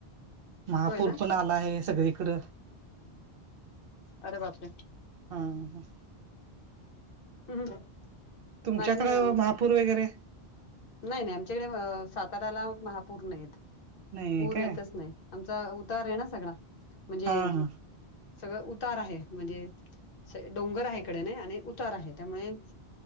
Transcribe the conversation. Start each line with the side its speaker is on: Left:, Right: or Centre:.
Right: महापूर
Left: होय ना
Right: पण आला आहे सगळीकड.
Left: अरे बापरे,
Right: आ हा
Left: हम्म
Right: तुमच्याकड
Left: नाही नाही
Right: महा पूर वगैरे
Left: नाही नाही आमच्याकडे साताऱ्याला महापूर नाहीेत
Right: नाही
Left: पूर
Right: काय
Left: येतच नाही आमचा उतार आहे ना सगळा म्हणजे
Right: हा हा
Left: सगळं उतार आहे म्हणजे डोंगर आहे इकडे नाही आणि उतार आहे त्यामुळे